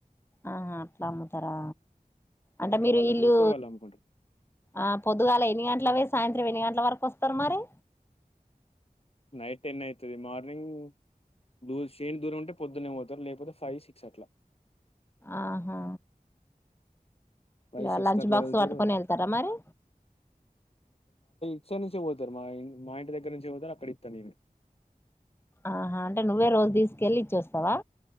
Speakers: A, on the left (about 15°); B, on the left (about 40°).
A: ఆహా అట్లా అమ్ముతారా అంటే
B: అట్లా
A: మీరు
B: వాళ్ళకేత్తే
A: వీల్లు
B: వాళ్ళు అమ్ముకుంటారు.
A: ఆ పొద్దుగాల ఎన్ని గంటలవే సాయంత్రం ఎన్ని గంటల ఇట్ల వరకు వస్తారు మరి
B: నైట్ టెన్ అయితుది మార్నింగ్ దూ శేని దూరం ఉంటే పొద్దున్నే పోవుతారు లేకపోతే ఫైవ్ సిక్స్ అట్లా
A: ఆహా
B: ఫైవ్
A: ఇగా
B: సిక్స్
A: లంచ్
B: కి అట్లా
A: బాక్స్
B: వెళ్తారు
A: పట్టుకొని వెళ్తారా మరి
B: ఎటిసైడ్ నుంచే పోతారు మా మా ఇంటి దగ్గర నుంచే పోతారు అక్కడ ఇత్త నేను
A: ఆహా అంటే నువ్వే రోజు తీసుకెల్లీ ఇచ్చేస్తావా